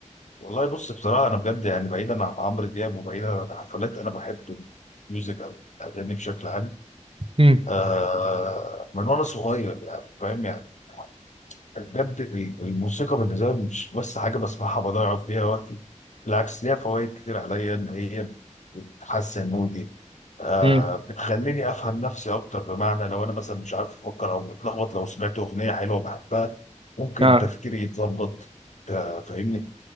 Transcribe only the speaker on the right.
هم،
هم.
ها